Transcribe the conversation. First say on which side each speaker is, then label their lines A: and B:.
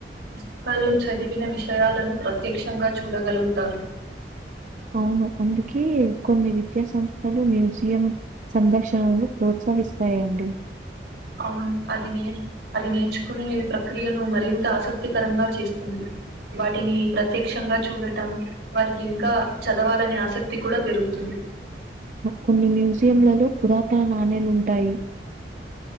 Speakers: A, on the right; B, on the right.
A: పుస్తకాల్లో చదివిన విషయాలను ప్ర ప్రత్యక్షంగా చూడగలుగుతారు
B: అవును అందుకే కొన్ని విద్యా సంస్థలు మ్యూజియం సందర్శనలు ప్రోత్ సహిస్తయండి
A: అవును అది నేర్ అది నేర్చుకునే ప్రక్రియను మరింత ఆసక్తికరంగా చేస్తుంది వాటిని ప్రత్యక్షంగా చూడటం వారికి ఇంకా చదవాలనే ఆసక్తి కూడా పెరుగుతుంది
B: కొన్ని మ్యూజియంలలో పురాతన నాణేలుంటాయి